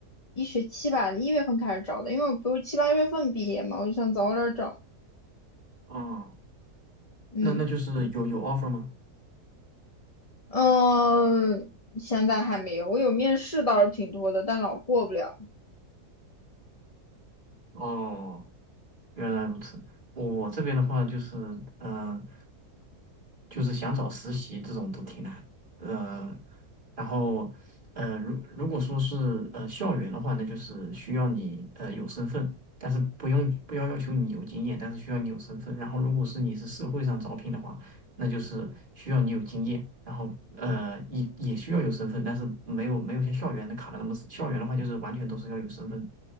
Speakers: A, on the left (about 30°); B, on the right (about 30°).
A: 一学期吧，一月份开始找的，因为我不是七八月份毕业嘛，我就想早点找。
B: 哦，
A: 嗯。
B: 那那就是有有 offer 吗？
A: 嗯，呃现在还没有，我有面试倒是挺多的，但老过不了。
B: 哦。原来如此。我我这边的话就是，嗯、就是想找实习这种都挺难，呃，然后，呃，如如果说是呃校园的话，那就是需要你呃有身份，但是不用不要要求你有经验，但是需要你有身份。然后，如果是你是社会上招聘的话，那就是需要你有经验，然后呃也也需要有身份，但是没有没有像校园的卡的那么死。校园的话就是完全都是要有身份，